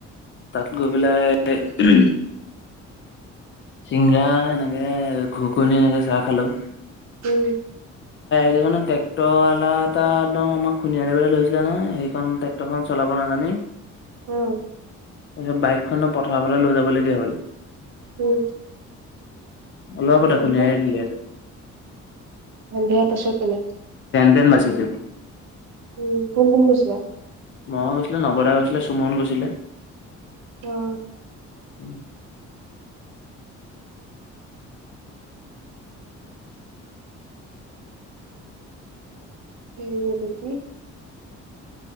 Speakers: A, on the left (about 40°); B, on the right (about 65°).
A: তাত গৈ পেলাই‌ আহ চিংগৰা এনেকে ঘুগোঁনি এনেকে চাহ খালোঁ।
B: উম,
A: সেই কাৰণে ট্ৰেক্টৰাল এটা একদম আমাক খুন্দিয়াব ধৰিছিলে নহয় সেইখন ট্ৰেক্টৰখন চলাব নাজানি
B: উম।
A: তাৰপিছত বাইকখনন পথাৰৰ ফালে লৈ যাবলগীয়া হ'ল
B: উম।
A: অলপতে
B: তাৰপিছত
A: খুন্দিয়াই দিলে হেঁতেন
B: সন্ধিয়া পাছত তেনে-
A: চিকেন বাছিছোঁ-
B: উম কোন কোন গৈছিলা-
A: মই গৈছিলোঁ নৱদা গৈছিলে চুমন গৈছিলে-
B: অ',
A: উম <inaudible>
B: এই এইটো কি-